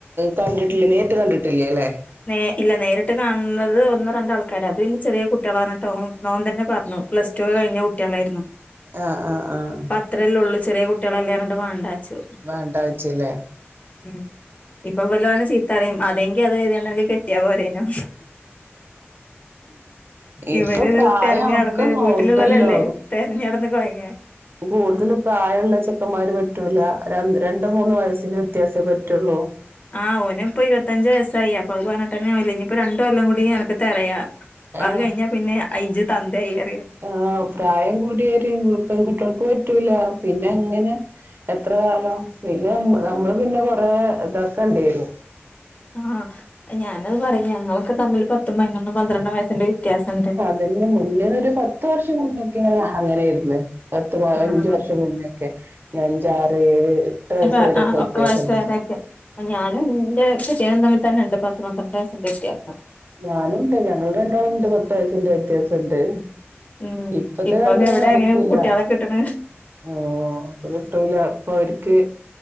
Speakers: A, on the right (about 55°); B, on the left (about 35°).
A: കണ്ട്ട്ടില്ല്യ നേരിട്ട് കണ്ട്ട്ട്ല്ല്യ ലേ
B: നേ ഇല്ല നേരിട്ട് കാൺണത് ഒന്നോ രണ്ട് ആൾക്കാരാ അതും ഇനി ചെറ്യേ കുട്ട്യേളാർഞ്ട്ട് ഓൻ ഓൻ തന്നെ പർഞ്ഞു പ്ലസ്റ്റു ഒക്കെ കഴിഞ്ഞ കുട്ട്യേളേര്ന്നു
A: ആഹ് ആഹ് ആഹ്
B: ഇത്രയല്ലേ ഒള്ളൂ ചെറ്യേ കുട്ട്യേളെല്ലേർഞ്ട്ട് വാണ്ടാച്ചു
A: വേണ്ട വെച്ചില്ലേ
B: ഉം ഇപ്പൊ വല് ഓനെ ചീത്തറിം അതെങ്കി അത് കെര്തിയാണ്ട് അൻക്ക് കെട്ട് കെട്ട്യാ പോരെയ്നോ
A: ഇപ്പൊ
B: ഇവര് ത്
A: പ്രായം
B: തെര്ഞ്ഞട്
A: ഒക്കെ
B: ഇമ്മേ
A: നോക്കല്ലോ
B: വീട്ട്ലുള്ളലല്ലേ തെര്ഞ്ഞട്ന്ന് കൊയ്ങ്ങാ
A: കൂടുതല് പ്രായള്ള ചെക്കന്മാര് പറ്റൂല ര രണ്ട് മൂന്ന് വയസ്സിന് വ്യത്യാസേ പറ്റുള്ളൂ
B: ആ ഓന് ഇപ്പൊ ഇരുപത്തഞ്ച് വയസ്സായി അപ്പൊ അത് പറഞ്ഞിട്ട്ന്നെ ഓല് ഇനിയിപ്പൊ രണ്ട് കൊല്ലം കൂടി അനക്ക് തെരയാ
A: ആ
B: അത് കഴിഞ്ഞാ പിന്നെ അയ്ജ് തന്തായിറ്യ
A: ആ പ്രായം കൂടിയോര് പെൺകുട്ട്യേൾക്ക് പറ്റൂല പിന്നെ ങ്ങനെ എത്ര കാലം പിന്നെ മ് നമ്മള് പിന്നെ കൊറെ ഇതക്കണ്ട്യരും
B: ആ ഞാനത് പറയും ഞങ്ങളൊക്കെ തമ്മില് പത്തും പതിനൊന്നും പന്ത്രണ്ടും വയസ്സിന്റെ വ്യത്യാസണ്ട്
A: ഇതന്നെ മുന്നേ ഒരു പത്ത് വർഷം മുന്നക്കെ അങ്ങനേര്ന്ന് പത്ത് പൈനഞ്ച്
B: ആഹ്
A: വർഷം മുന്നേക്കെ ഞാ അഞ്ചു ആറ് ഏഴ് എട്ട് വയസ്സ്
B: ഇപ്പ
A: വരെക്കെ
B: ആഹ്
A: വ്യത്യാസംണ്ടാവും
B: ഒക്കെ വയസ്സായവരൊക്കെ ഞാനും എന്റെ കെട്ടിയോനും തമ്മിൽ തന്നെണ്ട് പത്ത് പന്ത്രണ്ട് വയസിന്റെ വ്യത്യാസം
A: ഞാനുണ്ട് ഞങ്ങൾ രണ്ടാള്ണ്ട് പത്ത് വയസിന്റെ വ്യത്യാസണ്ട്
B: ഉം
A: ഇപ്പത്തെ
B: ഇപ്പൊക്കെ
A: കാലത്തൊന്നും
B: എവിടെ
A: നടക്കൂല
B: എങ്ങനെ കുട്ടികളെ കിട്ടണ്
A: ആ ഇപ്പൊ കിട്ടൂല ഇപ്പൊ ഓര്ക്ക്